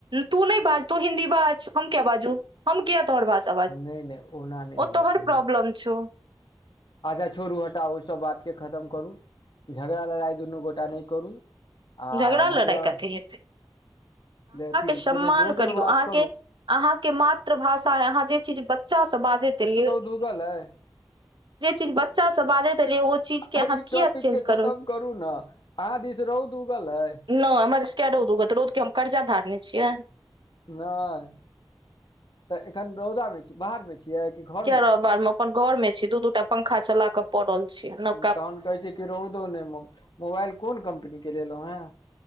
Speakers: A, on the right; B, on the left.
A: तू नहि बाज तू हिन्दी बाज हम क्य बाजू हम किया तोहर भाषा बाजू
B: नहि नहि ओना नहि
A: ओ
B: होइ
A: तोहर
B: छै
A: प्रॉब्लम
B: ने
A: छौ
B: अच्छा छोड़ू हटाउ ओहिसभ बातके खतम करू झगड़ा लड़ाइ दुनू गोटा नहि करू आ
A: झगड़ा लड़ाइ
B: मतलब
A: कथी हेतै
B: अथी
A: सम्मान
B: कोनो दोसर
A: करियौ
B: बात
A: अहाँके
B: करू
A: अहाँ के मातृभाषा अहाँ जे चीज बच्चा सँ बाजैत एलियै
B: तू गल ह
A: जे चीज बच्चा सँ बाजैत एलै ओ चीज
B: आ
A: के अहाँ
B: ई टॉपिक
A: कियाक चेंज
B: के खतम
A: करबै
B: करू ने अहाँ दिस हौद उगल अै
A: नहि हमरास क रौद उगत रौद के हम कर्जा धारने छियै
B: नहि तऽ एखन रौदा बे छी बाहर बे छी किया कि घर
A: किया रहब बाहर मे अपन घर में छी दू दूटा पंखा चला के पड़ल छी न
B: तहन कहै छै कि रौदो नहि मोबाइल कोन कम्पनीे लेलहुँ हैं